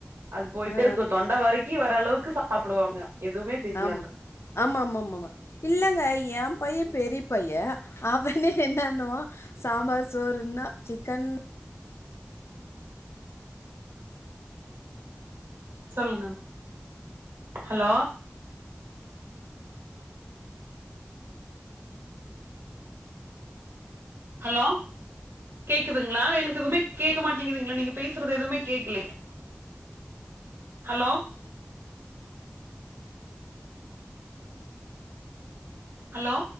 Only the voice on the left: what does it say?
ஆ
ஆம் ஆமா ஆமா ஆமா ஆமா இல்லங்க ஏன் பைய பெரிய பைய அவனே என்னனுவா சாம்பார் சோறுனா சிக்கன்